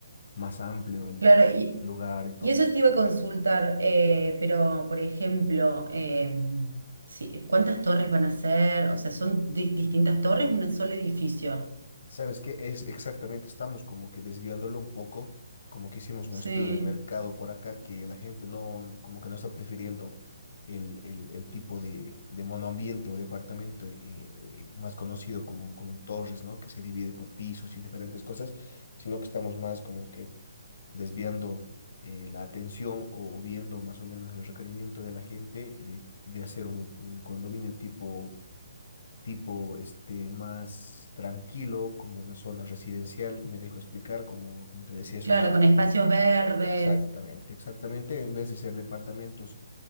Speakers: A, on the left; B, on the right.
A: más amplio el
B: Claro, y,
A: lugar y todo
B: y eso
A: eso.
B: te iba a consultar, eh, pero por ejemplo, em, sí, ¿cuántas torres van a ser? O sea, ¿son di- distintas torres, un solo edificio?
A: Sabes que es exactamente, estamos como que desviándolo un poco, como que hicimos un
B: Sí,
A: estudio de mercado por acá, que la gente no, como que no está prefiriendo el, el, el tipo de, de monoambiente o departamento eh, más conocido como, como en Torres, ¿no? Que se divide por pisos y diferentes cosas, sino que estamos más como que desviando eh, la atención o, o viendo más o menos el requerimiento de la gente eh, de, de hacer un, un condominio tipo tipo este, más tranquilo, como una zona residencial, me dejo explicar, como, como te decía, es
B: claro,
A: un...
B: con espacios verdes,
A: Exactamente, exactamente, en vez de ser departamentos